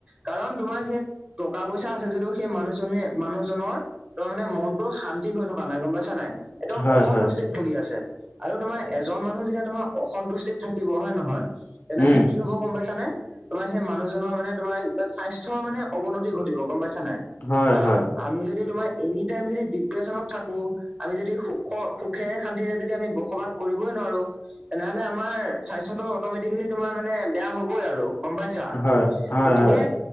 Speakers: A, on the right; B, on the left.
A: কাৰণ তোমাৰ সেই টকা- পইচা আছে যদিও সেই মানুহজনে - মানুহজনৰ তোমাৰ মানে মনটো শান্তি হৈ থকা নাই গম পাইছা নাই? একদম
B: হয়,
A: অসন্তুষ্টিত
B: হয়,
A: ভুগি আছে আৰু তোমাৰ এজন মানুহ যেতিয়া তোমাৰ অসন্তুষ্টিত থাকিব হয় নে নহয়? তেনেহলে
B: উম,
A: কি হব গম পাইছানে? তোমাৰ সেই মানুহজনৰ মানে তোমাৰ স্বাস্থ্যৰ মানে অৱনতি ঘটিব গম পাইছা নে?
B: হয়,
A: কাৰণ
B: হয়।
A: আমি যদি তোমাৰ এনি টাইম যদি ডিপ্ৰেছনত থাকো, আমি যদি সুখ - সু খেৰে শান্তিৰে যদি আমি বসবাস কৰিবই নোৱাৰো। তেনেহলে আমাৰ স্বাস্থ্যটো অটমেটিকেলি তোমাৰ মানে বেয়া হবই আৰু। গম পাইছা?
B: হয়, হয়,
A: গতিকে
B: হয়।